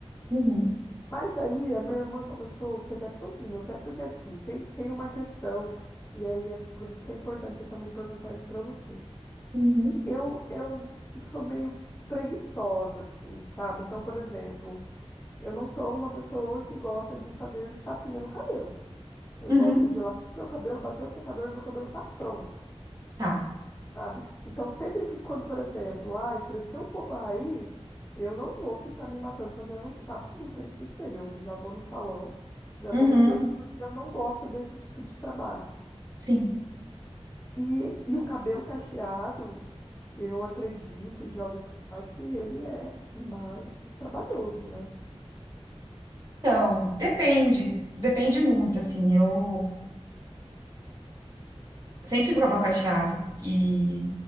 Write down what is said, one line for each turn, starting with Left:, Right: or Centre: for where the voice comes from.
Right: Uhum.
Left: Mas aí a minha irmã começou a pegar tanto no meu pé, porque assim, tem, tem uma questão, e aí é por isso que é importante eu também perguntar isso pra você.
Right: Uhum.
Left: Eu, eu sou meio preguiçosa, assim, sabe? Então, por exemplo, eu não sou uma pessoa que gosta de fazer chapinha no cabelo. Eu
Right: Uhum.
Left: gosto de ir lá, meu cabelo bateu o secador, meu cabelo tá pronto.
Right: Tá.
Left: sabe? Então, sempre que quando, por exemplo, ai, cresceu um pouco a raiz, eu não vou ficar me matando fazendo um chapinho em frente do espelho. Eu já vou no salão, já dou
Right: Uhum,
Left: um jeito, porque eu não gosto desse tipo de trabalho.
Right: sim.
Left: E, e o cabelo cacheado, eu acredito e já ouvi falar que ele é mais trabalhoso, né?
Right: Então, depende. Depende muito, assim. Eu sempre tive o cabelo cacheado e